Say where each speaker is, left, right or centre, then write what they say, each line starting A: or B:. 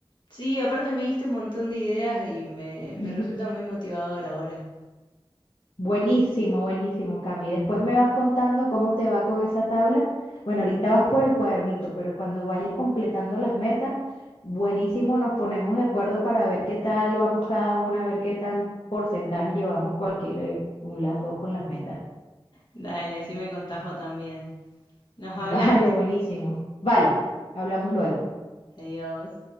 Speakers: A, on the left; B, on the left.
A: Sí, aparte me diste un montón de ideas y me,
B: <laughs>
A: me resulta muy motivador ahora.
B: Buenísimo, buenísimo, Cami. Después me vas contando cómo te va con esa tabla. Bueno, ahorita vas por el cuadernito, pero cuando vayas completando las metas, buenísimo, nos ponemos de acuerdo para ver qué tal vamos cada una, a ver qué tan porcentaje llevamos cualquier, eh, las dos con las metas.
A: Dale, así me contajo también.
B: <laughs>
A: Nos
B: Vale,
A: hablamos.
B: buenísimo. Vale, hablamos luego.
A: Adiós.